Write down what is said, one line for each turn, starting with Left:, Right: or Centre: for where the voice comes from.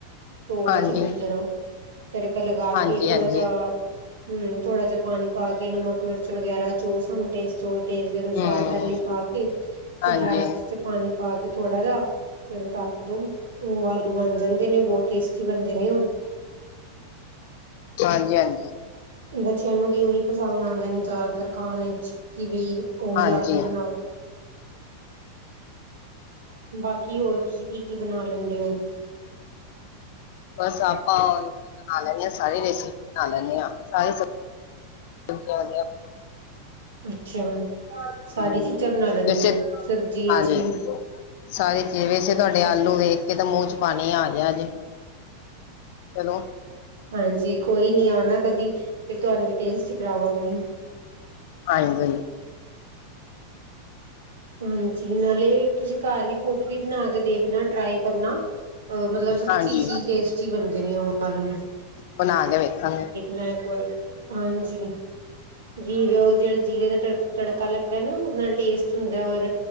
Right: ਧੋ
Left: ਹਾਂਜੀ
Right: ਕੇ ਚੰਗੀ ਤਰਾ ਤੜਕਾ ਲਗਾ
Left: ਹਾਂਜੀ
Right: ਕੇ ਥੋੜਾ
Left: ਹਾਂਜੀ
Right: ਜਾ ਹਮ, ਥੋੜਾ ਜਾ ਪਾਨੀ ਪਾ ਕੇ ਨਮਕ-ਮਿਰਚ ਵਗੈਰਾ ਜੋ ਸਾਨੂੰ ਟੇਸਟ ਜੋ ਟੇਸਟ ਦੇ ਅਨੁਸਾਰ
Left: ਹੂੰ,
Right: ਪੇਲੇ ਈ ਪਾ ਕੇ ਫੇਰ
Left: ਹਾਂਜੀ,
Right: ਲਾਸਟ ਚ ਪਾਨੀ ਪਾ ਕੇ ਥੋੜਾ ਜਾ ਫੇਰ ਓਨੁ ਢੱਕ ਦੋ ਓ ਆਲੂ ਬਨ ਜਾਂਦੇ ਨੇ ਬੋਤ ਟੇਸਟੀ ਬਨਦੇ ਨੇ। <unintelligible>
Left: ਹਾਂਜੀ ਹਾਂਜੀ।
Right: ਬੱਚਿਆਂ ਨੂੰ ਵੀ ਓਹੀ ਪਸੰਦ ਆਂਦੇ ਨੇ ਜਾਦਾਤਰ ਖਾਨ ਚ ਕੀ ਬੀ ਓਹੀ
Left: ਹਾਂਜੀ।
Right: ਆਲੂ ਬਨਾਓ। ਬਾਕੀ ਹੋਰ ਤੁਸੀਂ ਕੀ ਕੀ ਬਨਾ ਲੈਂਦੇ ਓ?
Left: ਬਸ ਆਪਾਂ ਬਨਾ ਲੈਨੇ ਆ ਸਾਰੀ ਰੈਸੀਪੀ ਬਨਾ ਲੈਨੇ ਆ ਸਾਰੀ ਸਬ <unintelligible>
Right: ਅੱਛਾ ਹੁਨ।
Left: ਹੂੰ,
Right: ਸਾਰੀ ਚੀਜਾ ਬਨਾ ਲੈਂਦੇ
Left: ਵੈਸੇ
Right: ਓ ਸਬਜੀ
Left: ਹਾਂਜੀ,
Right: ਚ ਵੀ?
Left: ਸਾਰੀ ਚੀਜ ਵੈਸੇ ਤਾਡੇ
Right: ਅੱਛਾ
Left: ਆਲੂ ਵੇਖ ਕੇ ਤੇ ਮੂੰਹ ਚ ਪਾਨੀ ਆ ਗਆ ਜੇ। ਚਲੋ,
Right: ਹਾਂਜੀ ਕੋਈ ਨੀ ਆਨਾ ਕਦੀ ਫੇਰ ਤੁਆਨੂੰ ਵੀ ਟੇਸਟ ਕਰਾਵਾਂਗੇ।
Left: ਹਾਂਜੀ।
Right: ਹਾਂਜੀ ਨਾਲੇ ਤੁਸੀਂ ਘਰ ਵੀ ਖੁਦ ਵੀ ਬਨਾ ਕੇ ਦੇਖਨਾ ਟ੍ਆਈ ਕਰਨਾ। ਅ ਮਤਲਬ ਸੱਚੀ
Left: ਹਾਂਜੀ
Right: ਚ ਈ ਟੇਸਟੀ ਬਨਦੇ ਨੇ ਓ ਆਲੂ।
Left: ਬਨਾ ਕੇ ਵੇਖਾਂਗੇ।
Right: ਮੈ ਇੱਕ ਵ ਹਾਂਜੀ। ਜੀਰੇ ਓ ਜਿਹੜਾ ਜੀਰੇ ਦਾ ਤੜ ਤੜਕਾ ਲੱਗਦਾ ਨਾ ਓਦੇ ਨਾਲ ਟੇਸਟ ਹੁੰਦਾ ਐ ਔਰ